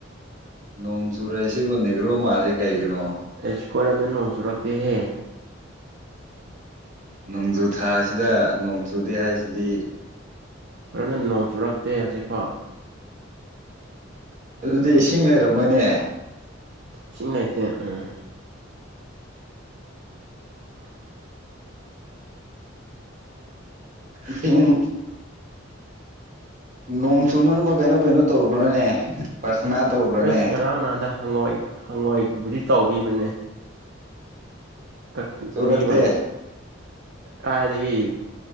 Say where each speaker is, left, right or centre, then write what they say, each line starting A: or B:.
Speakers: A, on the right (about 40°); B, on the right (about 60°).
A: ꯅꯣꯡ ꯆꯨꯔꯛꯏꯁꯤꯕꯨ ꯅꯦꯒ꯭ꯔꯣ ꯃꯥꯜꯂꯤ ꯀꯩꯒꯤꯅꯣ
B: ꯑꯦꯁꯤꯈꯣꯏꯔꯣꯝꯗ ꯅꯣꯡ ꯆꯨꯔꯛꯇꯦꯍꯦ
A: ꯅꯣꯡꯖꯨ ꯊꯥꯁꯤꯗ ꯅꯣꯡ ꯆꯨꯗꯦ ꯍꯥꯏꯁꯤꯗꯤ
B: ꯈꯣꯏꯔꯣꯝꯗ ꯅꯣꯡ ꯆꯨꯔꯛꯇꯦ ꯍꯧꯖꯤꯛꯐꯥꯎ
A: ꯑꯗꯨꯗꯤ ꯏꯁꯤꯡ ꯂꯩꯔꯝꯃꯣꯏꯅꯦ
B: ꯏꯁꯤꯡ ꯂꯩꯇꯦ ꯎꯝ ꯍꯥ
A: ꯏꯁꯤꯡ ꯅꯣꯡ ꯆꯨꯅꯅꯕ ꯀꯩꯅꯣ ꯀꯩꯅꯣ ꯇꯧꯔꯨꯕ꯭ꯔꯥꯅꯦ ꯄꯔꯊꯥꯅꯥ ꯇꯧꯕ꯭ꯔꯥꯅꯦ
B: ꯑꯁ ꯉꯔꯥꯡ ꯅꯍꯥꯟꯗ ꯍꯪꯉꯣꯏ ꯍꯪꯉꯣꯏ ꯕꯨꯗꯤ ꯇꯧꯕꯤꯕꯅꯦ ꯀꯛ
A: ꯆꯨꯔꯛꯇꯦ
B: ꯃꯤ ꯑꯣꯏ ꯀꯥꯏꯗꯒꯤ